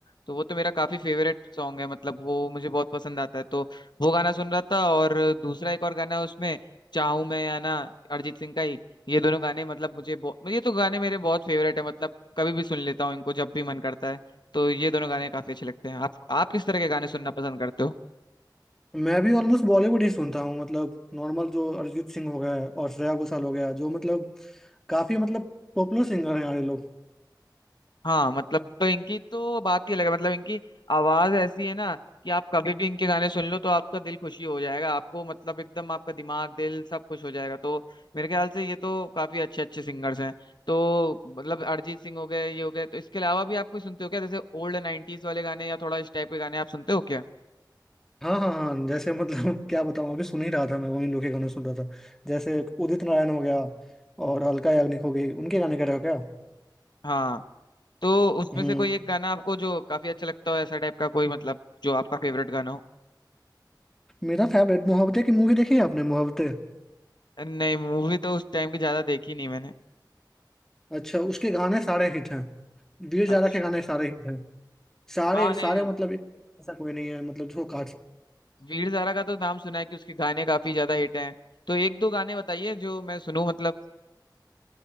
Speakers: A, on the left; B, in the centre.
A: तो वो तो मेरा काफी फेवरेट सॉन्ग है मतलब वो मुझे बहुत पसंद आता है तो वो गाना सुन रहा था और दूसरा एक और गाना है उसमें चाहूं मैं या ना अरिजीत सिंह का ही ये दोनों गाने मतलब मुझे बहु- ये तो गाने मेरे बहुत फेवरेट है मतलब कभी भी सुन लेता हूँ इनको जब भी मन करता है तो ये दोनों गाने काफी अच्छे लगते हैं आप आप किस तरह के गाने सुनना पसंद करते हो
B: मैं भी ऑलमोस्ट बॉलीवुड ही सुनता हूँ मतलब नॉर्मल जो अरिजीत सिंह हो गया है और श्रेया घोषाल हो गया जो मतलब काफी मतलब पॉपुलर सिंगर हैं हमारे लोग
A: हाँ मतलब तो इनकी तो बात ही अलग है मतलब इनकी आवाज ऐसी है ना कि आप कभी भी इनके गाने सुन लो तो आपका दिल खुशी हो जाएगा आपको मतलब एकदम आपका दिमाग दिल सब खुश हो जाएगा तो मेरे ख्याल से ये तो काफी अच्छे अच्छे सिंगर्स हैं तो मतलब अरिजीत सिंह हो गए ये हो गए तो इसके अलावा भी आप कोई सुनते हो क्या जैसे ओल्ड नाइन्टीज वाले गाने या थोड़ा इस टाइप के गाने आप सुनते हो क्या
B: हाँ हाँ हाँ जैसे मतलब <laughs> क्या बताऊँ अभी सुन ही रहा था मैं उन्हीं लोग के गाने सुन रहा था जैसे उदित नारायण हो गया और अलका याग्निक हो गई उनके गाने कह रहे हो क्या
A: हाँ तो उसमें
B: हम्म
A: से कोई एक गाना आपको जो काफी अच्छा लगता हो ऐसा टाइप का कोई मतलब जो आपका फेवरेट गाना हो
B: मेरा फेवरेट मोहब्बतें की मूवी देखी है आपने मोहब्बतें
A: नहीं मूवी तो उस टाइम की ज्यादा देखी नहीं मैंने
B: अच्छा उसके गाने सारे हिट हैं वीर
A: अच्छा
B: जारा के गाने सारे हिट हैं सारे
A: हाँ नहीं
B: सारे मतलब ऐसा कोई नहीं है मतलब जो काट सकते
A: वीर ज़ारा का तो नाम सुना है कि उसके गाने काफी ज्यादा हिट हैं तो एक दो गाने बताइए जो मैं सुनूं मतलब